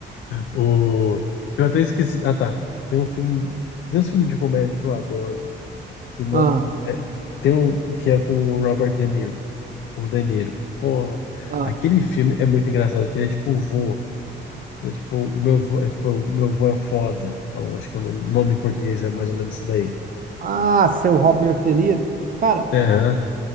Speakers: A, on the left; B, on the right.
A: O... Eu até esqueci. Ah, tá. Tem um filme. Tem um filme de comédia que eu adoro. Que não
B: Ah,
A: é... é- Tem um que é com o Robert De Niro. O De Niro. Pô,
B: ah.
A: aquele filme é muito engraçado. Que ele é tipo o vô. É tipo, o meu vô é tipo, o meu vô é foda. Eu acho que o nome nome em português é mais ou menos isso daí.
B: Ah, seu Robert De Niro. Cara,
A: Aham.